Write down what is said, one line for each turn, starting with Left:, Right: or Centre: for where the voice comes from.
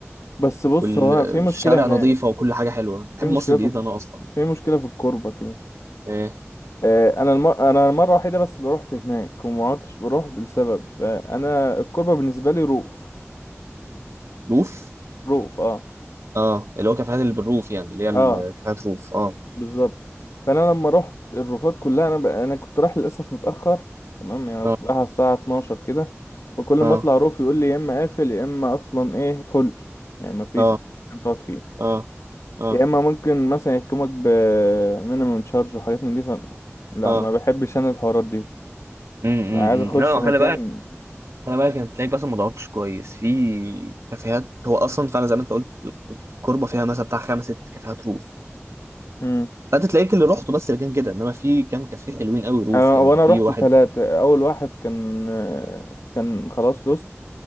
Left: بس بص
Right: والشارع
Left: هو في مشكلة هناك
Right: نظيفة وكل حاجة حلوة بحب
Left: في مشكلة
Right: مصر الجديدة
Left: في الك-
Right: أنا أصلا
Left: في مشكلة في الكوربة كده
Right: إيه
Left: آه، انا الم... انا المرة الوحيدة بس اللي رحت هناك وما عدتش بروح لسبب آه، انا الكوربة بالنسبة لي رؤوف
Right: روف
Left: رؤوف اه
Right: اه اللي هو كافيهات اللي بالروف يعني اللي هي ال-
Left: اه
Right: كافيهات روف اه
Left: بالظبط فانا لما رحت الروفات كلها انا ب... انا كنت رايح للاسف متاخر تمام يعني انا
Right: اه
Left: كنت رايح على الساعه 12 كده وكل
Right: اه
Left: ما اطلع روف يقول لي يا اما قافل يا اما اصلا ايه فل يعني ما فيش
Right: اه
Left: مكان تقعد فيه
Right: اه اه
Left: يا اما ممكن مثلا يحكمك ب مينيمم تشارج وحاجات من دي ف... لا
Right: اه
Left: ما بحبش انا الحوارات دي
Right: امم
Left: عايز اخش
Right: لا
Left: مكان
Right: خلي بالك خلي بالك انت تلاقيك بس ما ضغطتش كويس في كافيهات هو اصلا فعلا زي ما انت قلت الكوربه فيها مثلا بتاع خمس ست كافيهات روف
Left: امم
Right: فانت تلاقيك اللي رحته بس اللي كان كده انما في كام كافيه حلوين قوي روف
Left: انا
Right: يعني
Left: وانا
Right: في
Left: رحت
Right: واحد
Left: ثلاثة اول واحد كان آه، كان خلاص لوست